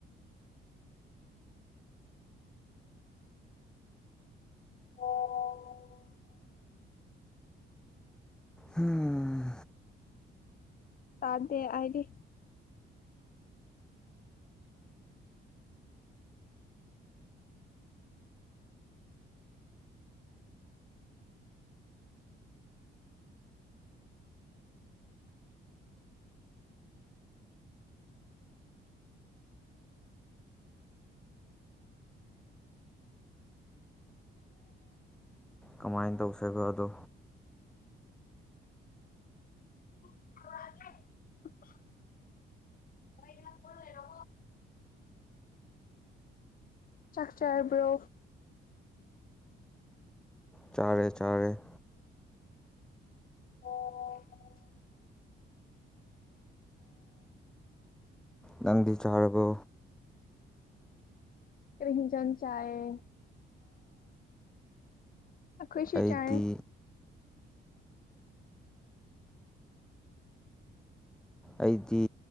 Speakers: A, on the left; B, in the centre.
A: ꯑꯣ ꯑ
B: ꯎꯝ
A: ꯇꯥꯔꯗꯦ ꯑꯗꯤ
B: ꯀꯃꯥꯏꯅ ꯇꯧꯁꯕꯣ ꯑꯗꯣ
A: <inaudible> ꯋꯥ ꯂ ꯀ ꯂꯩꯔꯣ ꯆꯥꯛꯆꯔꯕ꯭ꯔꯣ
B: ꯆꯥꯔꯦ ꯆꯥꯔꯦ
A: ꯑꯣ
B: ꯅꯪꯕꯤ ꯆꯥꯔꯕ
A: ꯀꯆꯟ ꯆꯌꯦ ꯑꯈꯣꯏꯁꯨꯨ
B: ꯑꯩꯗꯤ
A: ꯆꯥꯅꯦꯦ
B: ꯑꯩꯗꯤ